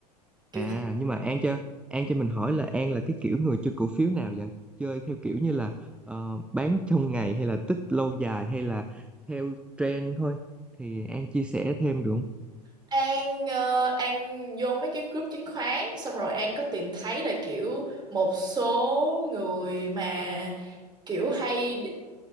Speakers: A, on the right; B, in the centre.
A: kiểu
B: À
A: thế
B: nhưng mà An cho An cho mình hỏi là An là cái kiểu người chơi cổ phiếu nào vậy? Chơi theo kiểu như là ờ, bán trong ngày hay là tích lâu dài hay là theo trend thôi? Thì An chia sẻ thêm được không?
A: An ờ, An vô mấy cái group chứng khoán xong rồi An có tìm thấy là kiểu một số người mà kiểu hay đ-